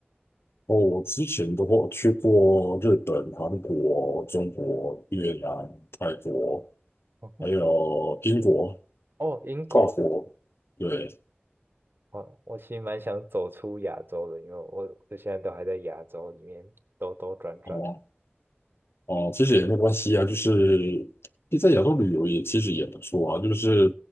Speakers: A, on the left (about 80°); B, on the right (about 60°).
A: 哦，我之前的话去过日本、韩国、中国、越南、泰国，
B: <laughs>
A: 还有英国、
B: 哦，英国，
A: 法国，对，
B: 我我其实蛮想走出亚洲的，因为我我现在都还在亚洲里面兜兜转转，
A: 哦哦，其实也没关系啊，就是在亚洲旅游也其实也不错啊，就是